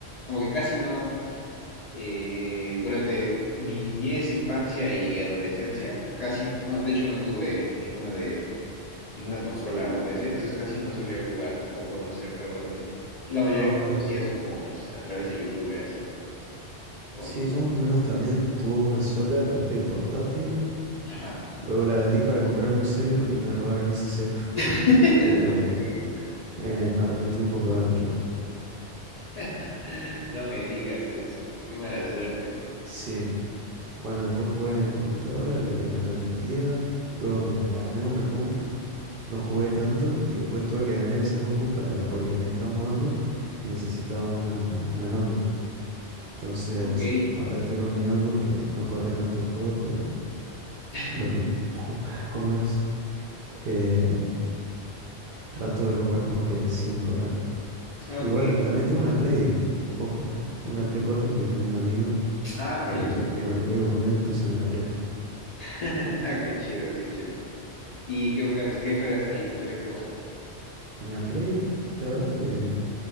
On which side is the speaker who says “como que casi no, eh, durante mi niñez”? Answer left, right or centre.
Left